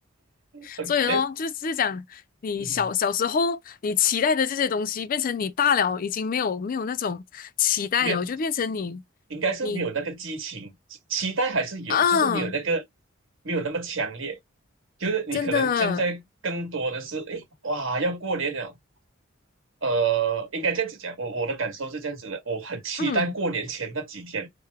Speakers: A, on the right; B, on the left.
A: 哎哎，
B: 所以咯，就是讲你小小时候你期待的这些东西，
A: 嗯哼，
B: 变成你大了已经没有没有那种期待了，
A: 没有
B: 就变成你
A: 应该是没有那个激情，
B: 你
A: 期待还是有，
B: 啊，
A: 就是没有那个没有那么强烈。就是你可能现在更多的是，
B: 真的，
A: 诶，哇，要过年了，呃，应该这样子讲，我我的感受是这样子的，我很期待过年前那几天，
B: 嗯